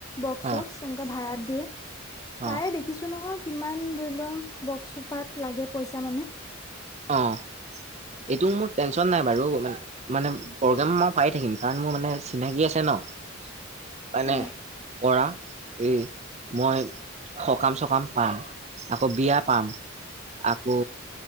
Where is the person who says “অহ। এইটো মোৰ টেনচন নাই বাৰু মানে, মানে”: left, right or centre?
Right